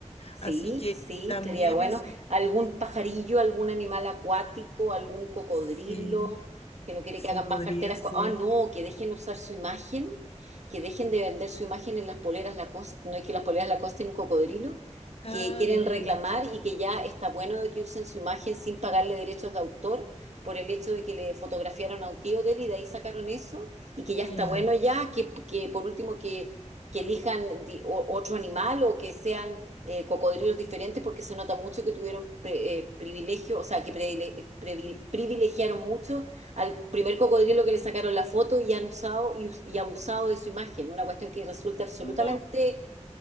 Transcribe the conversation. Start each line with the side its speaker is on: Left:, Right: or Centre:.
Right: Sí,
Left: Así que
Right: sí,
Left: también
Right: estaría bueno.
Left: eso
Right: ¿Algún pajarillo, algún animal acuático, algún cocodrilo
Left: sí,
Right: que no quiere
Left: sí
Right: que hagan
Left: podría
Right: más carteras?
Left: ser.
Right: co- Ah, no, que dejen usar su imagen, que dejen de vender su imagen en las poleras Lacoste. No es que las poleras Lacoste tienen un cocodrilo,
Left: Ah,
Right: que quieren
Left: de veras,
Right: reclamar y que ya está bueno de que usen su imagen sin pagarle derechos de autor por el hecho de que le fotografiaron a un tío de él y de ahí sacaron eso y que ya
Left: claro.
Right: está bueno ya, que, que por último que, que elijan di- o- otro animal o que sean eh, cocodrilos diferentes porque se nota mucho que tuvieron pre- eh, privilegio, o sea, que previle- previ- privilegiaron mucho al primer cocodrilo que le sacaron la foto y han usado y, us- y abusado de su imagen, una cuestión que resulta absolutamente
Left: No.